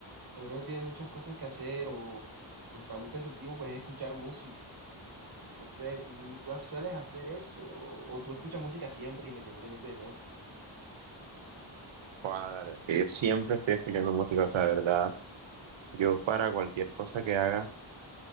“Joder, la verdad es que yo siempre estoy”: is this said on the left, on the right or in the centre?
Right